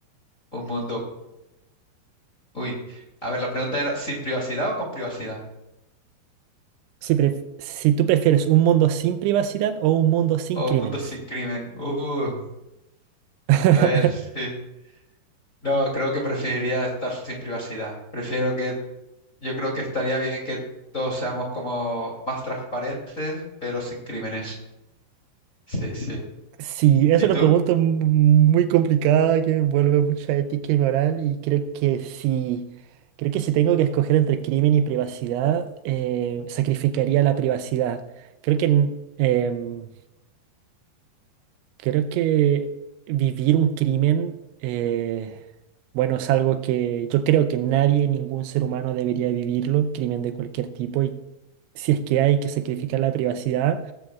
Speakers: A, on the left; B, on the right.
A: un mundo... Uy, a ver, la pregunta era, ¿sin privacidad o con privacidad?
B: Si, pref- si tú prefieres un mundo sin privacidad o un mundo sin
A: ¿O
B: crímenes.
A: un mundo sin crimen? Uh,
B: <laughs>
A: a ver, sí. No, creo que preferiría estar sin privacidad. Prefiero que Yo creo que estaría bien que todos seamos como más transparentes, pero sin crímenes. Sí, sí.
B: Sí, es
A: ¿Y
B: una
A: tú?
B: pregunta mu- muy complicada que me envuelve mucha ética y moral y creo que si, creo que si tengo que escoger entre crimen y privacidad, eh, sacrificaría la privacidad. Creo que em, Creo que vivir un crimen, eh, bueno, es algo que yo creo que nadie, ningún ser humano debería vivirlo, crimen de cualquier tipo, y si es que hay que sacrificar la privacidad,